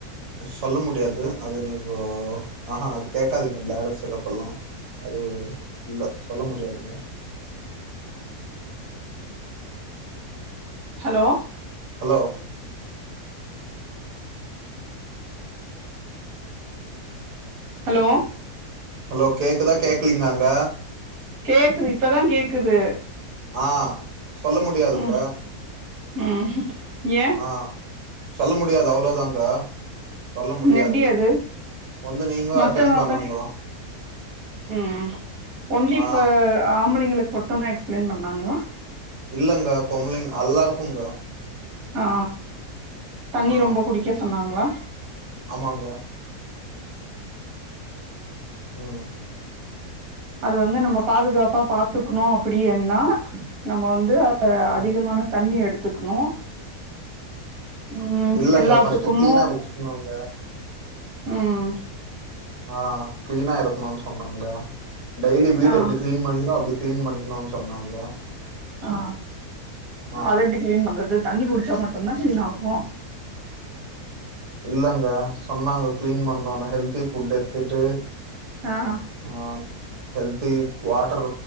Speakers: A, on the right (about 80°); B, on the right (about 65°).
A: சொல்ல முடியாது அது நீங்கோ அஹா அது கேக்காதீங்க பிளாடர் செக்கபெல்லா அது இல்ல சொல்ல முடியாதுங்க
B: ஹலோ
A: ஹலோ
B: ஹலோ
A: ஹலோ கேக்குதா கேக்லீங்னாங்க
B: கேக்குது இப்பதா கேக்குது
A: ஆ சொல்ல முடியாதுங்க
B: ம் ம் ஏ
A: ஆ சொல்ல முடியாது அவுளோதாங் க சொல்ல முடியாது
B: எப்டி அது
A: வந்து நீங்ளு
B: மத்தவங்க
A: அட்டன் பண்ணுங்க
B: அப்ப ம் ஒன்லி இஃப்ப
A: ஆ
B: ஆம்புளைங்குளுக் மட்டுந்தா எக்ஸ்பிளைன் பண்ணாங்ளா
A: இல்லங்க பொம்பளைங் அல்லாருக்குங்க
B: ஆ தண்ணி
A: ஆ
B: ரொம்ப குடிக்க சொன்னாங்ளா
A: ஆமாங்க ம்
B: அது வந்து நம்ம பாதுகாப்பா பாத்துக்ணு அப்படி என்னா நம்ம வந்து ஆ அதிகமான
A: ம்
B: தண்ணி எடுத்துக்னு ம்
A: இல்லங்க
B: எல்லாத்துக்குமு
A: ஃபர்ஸ்ட்டு கிளீனா வச்சுக்கணுங்க
B: ம்
A: ஆ கிளீனா இருக்னுன்னு சொன்னாங்க டெய்லி வீடு
B: ஆ
A: எப்டி கிளீன் பண்னுவீங்ளோ அப்டி கிளீன் பண்ணிக்னுன்னு சொன்னாங்க
B: ஆ
A: ஆ
B: அத எப்டி கிளீன் பண்றது தண்ணி குடிச்சா மட்டுதா கிளீன் ஆகு
A: இல்லங்க சொன்னாங்க கிளீன் பண்ணூன்னு ஹெல்தி ஃபுட் எடுத்துட்டு
B: ஆ
A: ஆ ஹெல்தி வாட்டர்